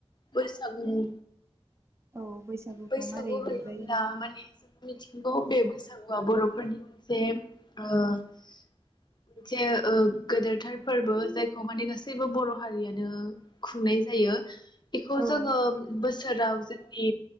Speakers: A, on the left; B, on the right.
A: बैसागुनि?
B: औ बैसागुखौ
A: बैसागु
B: मारै
A: होनोला
B: रंजायो
A: माने जोङो मिथिंगौ बे बैसागुआ बर'फोरनि मोनसे ओ मोनसे ओ गोदोरथार फोरबो जायखौ माने गासैबो बर' हारियानो खुंनाय जायो बेखौ
B: औ
A: जोङो बोसोराव जोंनि